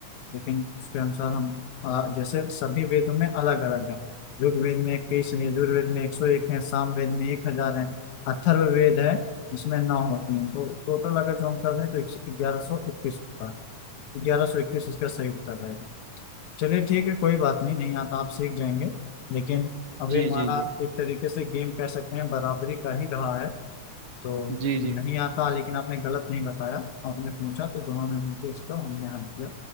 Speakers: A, on the left; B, on the right.
A: लेकिन उसके अनुसार हम आ, जैसे सभी वेदों में अलग अलग है ऋग्वेद में इक्कीस है यजुर्वेद में एक सौ एक है सामवेद में एक हजार है अथर्व वेद है इसमें नौ होती हैं तो टोटल अगर जो हम कर दें तो ग्यारह सौ इक्कीस होता है ग्यारह सौ इक्कीस इसका सही उत्तर रहेगा चलिए ठीक है कोई बात नहीं नहीं आता आप सीख जाएंगे लेकिन अभी
B: जी
A: हमारा
B: जी जी
A: एक तरीके से गेम कह सकते हैं बराबरी का ही रहा है तो
B: जी
A: नहीं
B: जी
A: आता लेकिन आपने गलत नहीं बताया आपने पूछा तो दोनों ने मिलकर इसको हमने हल किया